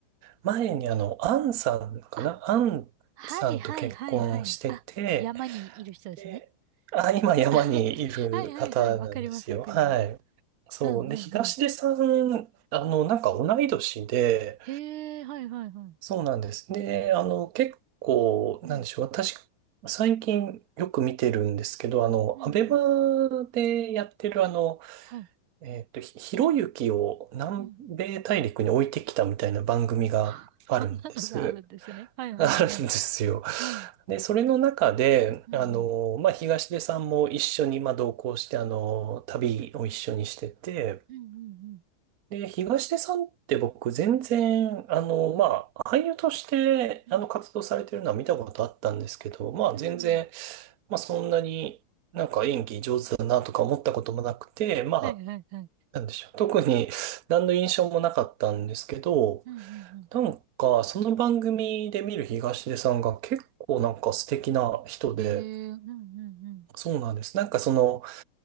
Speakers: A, on the right; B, on the right.
A: 前にあの、アンさんかなアンさんと結婚してて、
B: あ、はいはいはいはい。あ、山にいる人ですね。
A: で、あ、今山にいる方なんですよ。
B: <laughs> はいはいはい。わかりますわかります。
A: はい。そう。
B: うんうんうん。
A: で、東出さん、あの、なんか同い年で、
B: へえ、はいはいはい。
A: そうなんです。で、あの、結構、
B: うん。
A: なんでしょう。私、最近よく見てるんですけど、あの、
B: うんうん。
A: アベマでやってる、あの、
B: はい。
A: えっと、ひひろゆきを南米大陸に置いてきたみたいな番組があるんです。
B: うん。<laughs> あそんなのがあるんですね。はいはいはい。
A: <laughs> あるんですよ。
B: うん。
A: で、それの中で、
B: うんうん。
A: あの、まあ、東出さんも一緒に、まあ、同行して、あの、旅を一緒にしてて、
B: うんうん
A: で、東出さんって僕、全然、あの、まあ、俳優として、
B: うん。
A: あの、
B: うん。
A: 活動されてるのは見たことあったんですけど、まあ、
B: うん。
A: 全然、まあ、そんなになんか演技上手だなとか思ったこともなくて、まあ、
B: はいはいはい。
A: なんでしょう。特に、何の印象もなかったんですけど、
B: うんうんうん。
A: なんか、その番組で見る東出さんが結構なんか素敵な人で、
B: へえ、うんうんうん。
A: そうなんです。なんかその、